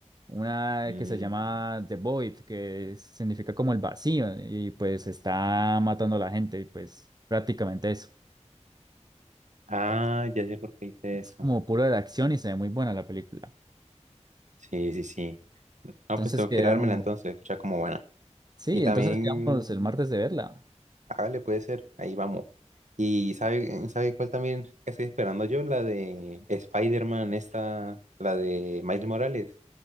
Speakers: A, on the right; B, on the right.
A: Una
B: Mm.
A: que se llama The Void, que significa como el vacío, y pues está matando a la gente, y pues prácticamente eso.
B: Ah, ya sé por qué hice
A: Es
B: eso.
A: como pura de acción y se ve muy buena la película.
B: Sí, sí, sí. No,
A: Entonces
B: pues tengo
A: quedamos,
B: que ir a dármela entonces, escucha como buena.
A: sí,
B: Y también,
A: entonces quedamos el martes de verla.
B: hágale, puede ser, ahí vamos. Y sabe, ¿sabe cuál también estoy esperando yo? La de Spider-Man, esta, la de Miles Morales.